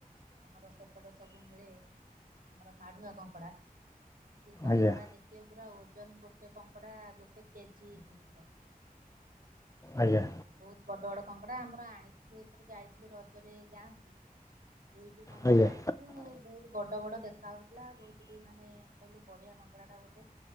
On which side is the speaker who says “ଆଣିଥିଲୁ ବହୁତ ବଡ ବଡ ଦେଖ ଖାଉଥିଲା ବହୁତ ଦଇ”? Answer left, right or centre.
Right